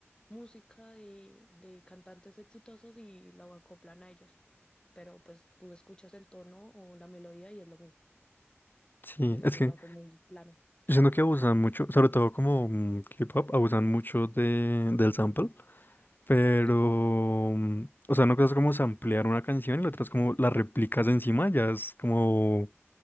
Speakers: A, on the left (about 20°); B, on the left (about 45°).
A: música de, de cantantes exitosos y la acoplan a ellos. Pero pues tú escuchas el tono o la melodía y es lo mismo.
B: Sí,
A: Pues eso
B: es que...
A: lo hace muy plano.
B: Yo siento que abusan mucho, sobre todo como mm, K-pop, abusan mucho de, del sample, pero,
A: Sí,
B: mm, o sea, no cosa es como samplear una canción y la otra es como la replicas encima, ya es como,